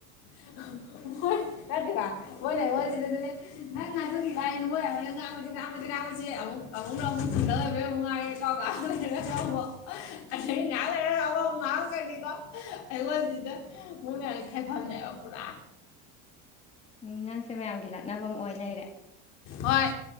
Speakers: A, on the left (about 55°); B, on the left (about 20°).
A: <unintelligible> <unintelligible> <unintelligible> ꯑꯩꯉꯣꯟꯁꯤꯗ ꯃꯣꯏ ꯃꯌꯥꯝꯒꯤ ꯈꯥꯏꯐꯝꯃꯦꯕ ꯄꯨꯔꯥ
B: ꯎꯝ ꯅꯪꯁꯦ ꯃꯌꯥꯝꯒꯤ ꯂꯥꯛꯅꯐꯝ ꯑꯃ ꯑꯣꯏ ꯂꯩꯔꯦ
A: ꯍꯣꯏ